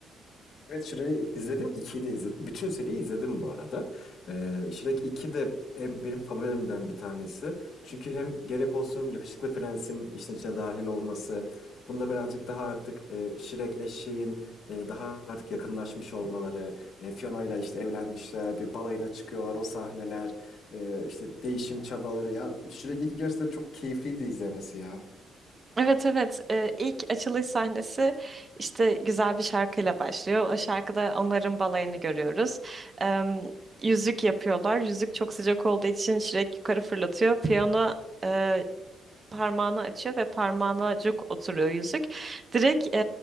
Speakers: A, on the left (about 65°); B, on the right (about 25°).
A: Evet Shrek'i izledim. 2'yi de izledim. Bütün seriyi izledim bu arada. Ee, Shrek 2 de en- benim favorilerimden bir tanesi. Çünkü hem gerek olsun yakışıklı prensin işin içine dahil olması. Bunda birazcık daha artık e, Shrek eşeğin e, daha artık yakınlaşmış olmaları. E, Fiona ile işte evlenmişler. Bir balayına çıkıyorlar. O sahneler. e, işte değişim çabaları. Ya Shrek 2 gerçekten çok keyifliydi izlemesi ya.
B: Evet evet Ee, ilk açılış sahnesi işte güzel bir şarkıyla başlıyor. O şarkıda onların balayını görüyoruz. Ee, yüzük yapıyorlar. Yüzük çok sıcak olduğu için Şirek yukarı fırlatıyor. Piyano e, parmağını açıyor ve parmağına cuk oturuyor yüzük. Direkt e,